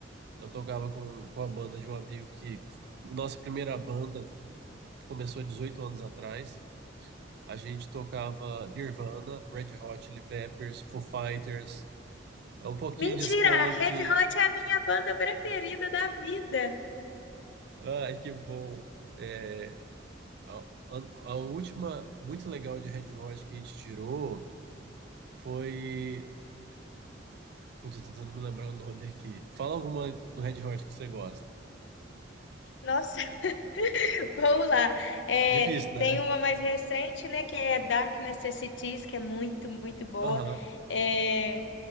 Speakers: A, on the right; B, on the left.
A: eu tocava com, com a banda de um amigo que. Nossa primeira banda, que começou 18 anos atrás. A gente tocava Nirvana, Red Hot Chili Peppers, Foo Fighters, um pouquinho
B: Mentira,
A: de Skank,
B: a Red Hot é a minha banda preferida da vida.
A: Ai, que bom. É, a, a- a última muito legal de Red Hot que a gente tirou foi. Putz, eu tô tentando me lembrar o nome aqui. Fala alguma do Red Hot que você gosta.
B: Nossa, <laughs> vamos lá. É,
A: Difícil, né?
B: tem uma mais recente, né, que é Dark Necessities, que é muito, muito boa.
A: Aham.
B: É,